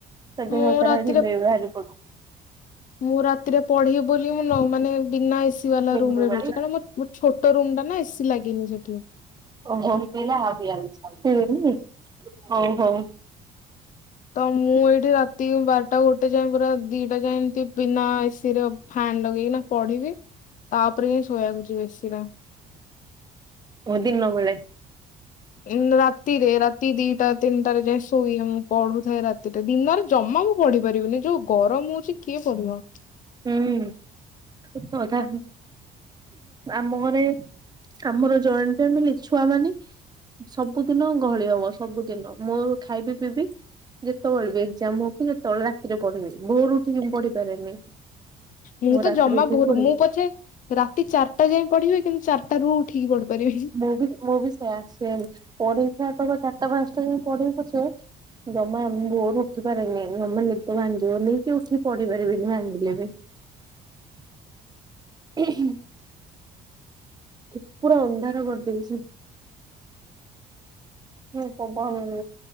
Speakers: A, on the right (about 25°); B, on the left (about 50°).
A: ତା ଦେହସାରା
B: ମୁଁ ରାତିରେ
A: ଘିମିରି ବାହାରିପଡୁଛି।
B: ମୁଁ ରାତିରେ ପଢିବି ବୋଲି ମୁ ନୁହଁ ମାନେ ବିନା ଏସି ବାଲା
A: ଲେମ୍ବୁ
B: ରୁମରେ ରହୁଛି।
A: ବାଡି
B: କାରଣ ମୋ ମୋର ଛୋଟ ରୁମଟା ନା ଏସି ଲାଗିନି ସେଠି।
A: ଓହୋ ପିଇବେନିକି ଓହୋ।
B: ତ ମୁଁ ଏଇଠି ରାତି ବାରଟା ଗୋଟେ ଯାଏ ପୁରା ଦିଟା ଯାଏ ଏମତି ବିନା ଏସି ରେ ଫାନ୍‌ ଲଗେଇକି ନା ପଢିବି ତାପରେ ହିଁ ଶୋଇବାକୁ ଯିବି ଏସିରେ।
A: ଓ ଦିନବେଳେ
B: ଉଁ ରାତିରେ ରାତି ଦିଟା ତିନିଟାରେ ଯାଇଁ ସୋ ନ ଶୋଇ ମୁଁ ପଢୁଥାଏ ରାତିରେ। ଦିନରେ ଜମା ମୁଁ ପଢି ପାରିବିନି ଯୋଉ ଗରମ ହଉଛି କିଏ ପଢିବ।
A: ହୁଁ ସତ କଥା। ଆମ ଘରେ ଆମର ଜଏଣ୍ଟ ଫ୍ୟାମିଲି ଛୁଆ ମାନେ ସବୁଦିନ ଗହଳି ହେବ ସବୁଦିନ ମୋ ଖାଇବି ପିଇବି ଯେତେବେଳେ ବି ଏକ୍ଜାମ ହଉ କି ଯେତେବେଳେ ରାତିରେ ପଢିବି। ଭୋଓରୁ ଉଠିକି ମୁଁ ପଢିପାରେନି।
B: ମୁଁ ତ
A: ରାତିରେ
B: ଜମା
A: ଉଠିକି
B: ଭୋରୁ
A: ପଢିବି।
B: ମୁଁ ପଛେ ରାତି ଚାରିଟା ଯାଏଁ ପଢିବି କିନ୍ତୁ ଚାରିଟାରୁ ଉଠିକ ପଢିପାରିବିନି।
A: ମୁଁ ବି ମୁଁ ବି ସେୟା ସେମ। ପରୀକ୍ଷା ଥିବ ଚାରିଟା ପାଞ୍ଚଟା ଯା ପଢେଇଛେ ଜମା ଭୋରୁ ଉଠିପାରେନି ଜମା ନିଦ ଭାଙ୍ଗିବନି କି ଉଠିକି ପଢି ପାରିବିନି ଭାଙ୍ଗିଲେବି। <unintelligible> ଖୀ ପୁରା ଅନ୍ଧାର କରିଦଉଚି। ହଁ ପବନ